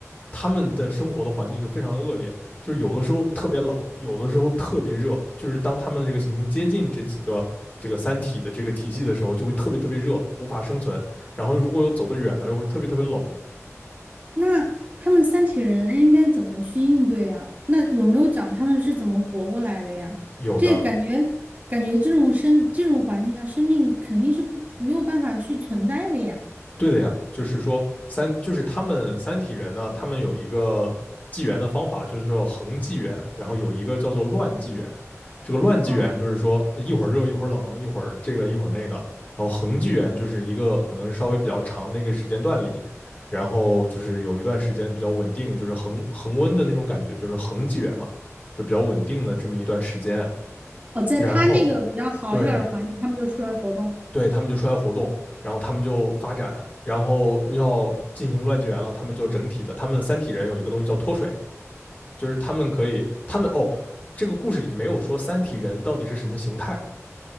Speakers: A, on the left; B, on the right.
A: 他们的生活的环境就非常恶劣，就是有的时候特别冷，有的时候特别热，就是当他们的这个行星接近这几个这个三体的这个体系的时候，就会特别特别热，无法生存。然后如果又走得远了，又会特别特别冷。
B: 那他们三体人应该怎么去应对啊？那有没有讲他们是怎么活过来的呀？
A: 有的
B: 这感觉，感觉这种生这种环境下，生命肯定是不没有办法去存在的呀。
A: 对的呀，就是说三，就是他们三体人呢，他们有一个纪元的方法，就是说恒纪元，然后有一个叫做乱纪元。这个乱纪元就是说一会儿热一会儿冷，
B: 啊。
A: 一会儿这个一会儿那个。然后恒纪元就是一个可能是稍微比较长的一个时间段里，然后就是有一段时间比较稳定，就是恒恒温的那种感觉，就是恒纪元嘛，就比较稳定的这么一段时间。
B: 哦，在他那个比较好一点儿的环境，
A: 然后对，
B: 他们就出来活动，
A: 对，他们就出来活动，然后他们就发展，然后要进行乱纪元了，他们就整体的，他们三体人有一个东西叫脱水，就是他们可以，他们哦，这个故事里没有说三体人到底是什么形态，